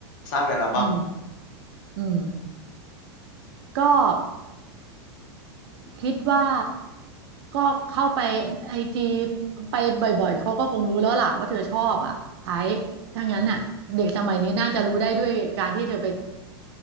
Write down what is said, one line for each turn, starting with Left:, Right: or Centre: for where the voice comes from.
Left: สร้างเป็นอัลบั้ม
Right: อืมอืมก็คิดว่าก็เข้าไปไอจีไปบ่อยๆเขาก็คงรู้แล้วล่ะว่าเธอชอบอ่ะไอ้ถ้างั้นน่ะเด็กสมัยนี้น่าจะรู้ได้ด้วยการที่เธอไป
Left: ไอ้